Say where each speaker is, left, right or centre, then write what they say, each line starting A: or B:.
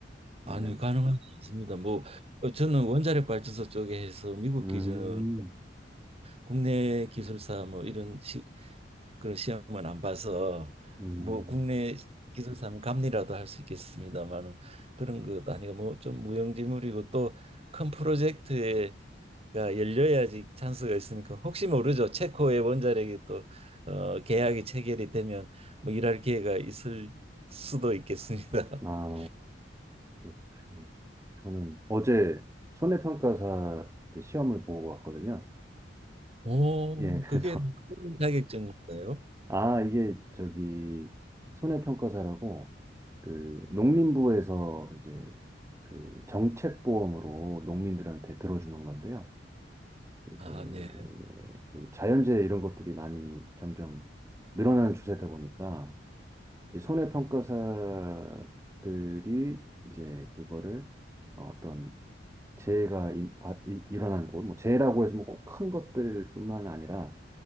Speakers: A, on the right (about 15°); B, on the right (about 35°).
A: 아니면
B: 아니 가능하지 않습니다. 뭐 어, 저는 원자력 발전소 쪽에 해서 미국
A: 음,
B: 기준이어서 국내 기술사 뭐 이런 시, 그런 시험은 안 봐서
A: 음,
B: 뭐 국내 기술사면 감리라도 할 수 있겠습니다만은 그런 것 아니고 뭐 좀 무용지물이고 또 큰 프로젝트에 가 열려야지 찬스가 있으니까 혹시 모르죠. 체코의 원자력이 또 어, 계약이 체결이 되면 뭐 일할 기회가 있을 수도 있겠습니다.
A: 아,
B: <laughs>
A: 그렇군요. 저는 어제 손해평가사 이제 시험을 보고 왔거든요.
B: 오,
A: 예, <laughs>
B: 그게
A: 그래서
B: 무슨 자격증인가요?
A: 아, 이게 저기 손해평가사라고 그 농림부에서 이제 그 정책보험으로 농민들한테 들어주는 건데요. 이제
B: 아, 네.
A: 그 자연재해 이런 것들이 많이 점점 늘어나는 추세다 보니까 이제 손해평가사들이 이제 그거를 어, 어떤 재해가 일- 바- 일- 일어난 곳, 뭐 재해라고 해서 뭐 꼭 큰 것들뿐만 아니라